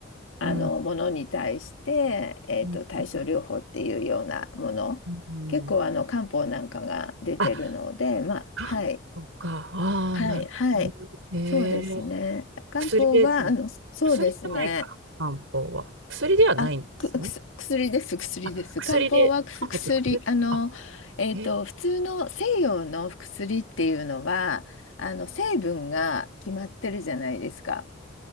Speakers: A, on the left; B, on the right.
A: あのものに対して、
B: うん、
A: えーと、
B: うん。
A: 対症療法っていうようなもの結構あの漢方なんかが出てるので、
B: うんあ、
A: まあ、
B: 漢方か。
A: はい
B: ああ、
A: はいはいそうですね漢方はあのそうですね
B: なるほど。ええ薬で、うん薬じゃないか、漢方は。薬ではないんですよね。
A: あ、く、くす、薬です、薬です。
B: あ、薬で、
A: 漢方はくす薬、
B: 漢方って薬、
A: あの、
B: あ、
A: えっと、
B: え、
A: 普通の西洋の薬っていうのは、あの、成分が決まってるじゃないですか。